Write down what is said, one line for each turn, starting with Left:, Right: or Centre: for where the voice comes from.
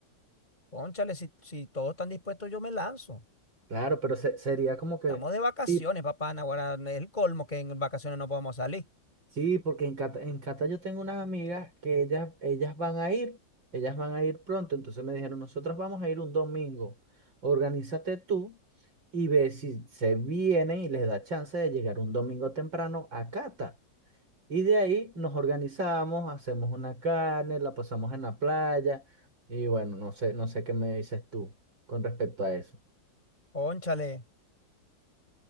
Left: Cónchale, si, si todos están dispuestos, yo me lanzo.
Right: Claro, pero se- sería como que,
Left: Estamos de vacaciones,
Right: sí,
Left: papá Naguará. Es el colmo que en vacaciones no podemos salir.
Right: sí, porque en Cata, en Cata yo tengo unas amigas que ellas, ellas van a ir, ellas van a ir pronto, entonces me dijeron, nosotros vamos a ir un domingo, organízate tú y ve si se vienen y les da chance de llegar un domingo temprano a Cata. Y de ahí nos organizamos, hacemos una carne, la pasamos en la playa y bueno, no sé, no sé qué me dices tú con respecto a eso.
Left: Cónchale,